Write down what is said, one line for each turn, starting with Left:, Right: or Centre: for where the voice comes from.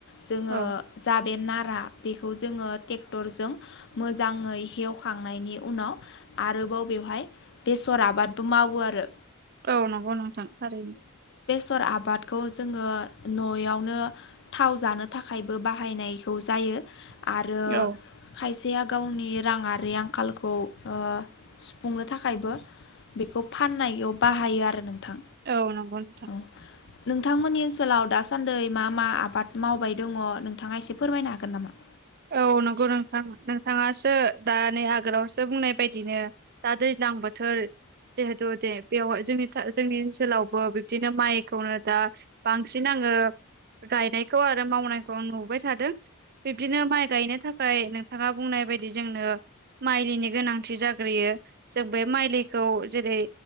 Left: जोङो
Right: औ
Left: जा बे नारा बेखौ जोङो ट्रेक्टरजों मोजाङै हेवखांनायनि उनाव आरोबाव बेवहाय बेसर आबादबो मावो आरो
Right: औ नंगौ नोंथां थारैनो
Left: फोर आबादखौ जोङो न'आवनो थाव जानो थाखायबो बाहायनायखौ जायो। यो आरो
Right: औ
Left: खायसेया गावनि राङारि आंखालखौ ओ सुफुंनो थाखायबो बेखौ फाननायाव बाहायो आरो नोंथां।
Right: औ नंगौ नोंथां।
Left: औ नोंथांमोननि ओनसोलाव दासान्दै मा मा आबाद मावबाय दङ नोंथाङा एसे फोरमायनो हागोन नामा?
Right: औ नंगौ नोंथां नोंथाङासो दा नै आगोलावसो बुंनाय बायदिनो दा दैज लां बोथोर जिहेथु दे बेव जोंनि था जोंनि ओनसोलावबो बिब्दिनो माइखौनो दा बांसिन नां ओ गायनायखौ आरो मावनायखौ आं नुबोबाय थादों। बि दिनो माइ गायनो थाखाय नोंथाङा बुंनाय बायदि जोंनो मायलिनि गोनांथि जाग्रोयो। जो बे माइलिखौ जेरै